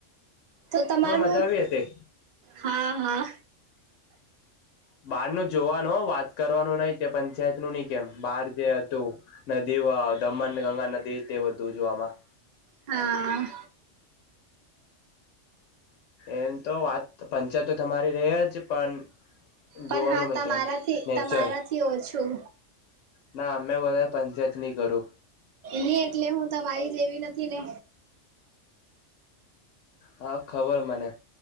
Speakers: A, on the right; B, on the left.
A: તો તમારું
B: મજા આવી હતી
A: હા હા
B: બહાર ન જોવાનું વાત કરવાનું નહ તે પંચાયત નું નહ કેમ બહાર જે હતું. નદી દમણ ગંગા નદી તે બધું જોવામાં.
A: હા <inaudible>
B: એમ તો વાત પંચર તો તમારી ર જ પણ જોવાનું
A: પણ હા
B: મેં
A: તમારાથી
B: કેમ નેચર
A: તમારાથી ઓછું.
B: ના અમે વધારે પંચાયત નહી કરું
A: ને એટલે હું તો મારી જેવી નથી ને
B: હા ખબર મને